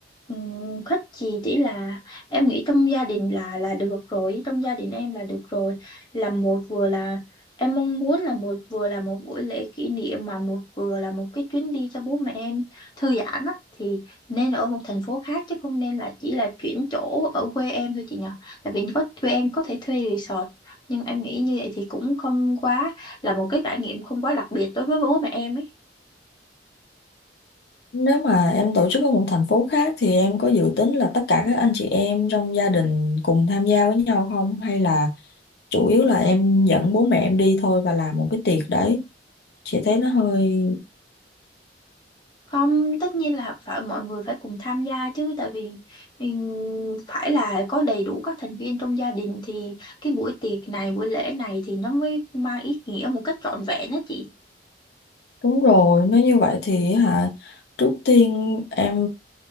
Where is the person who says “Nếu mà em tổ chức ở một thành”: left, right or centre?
Left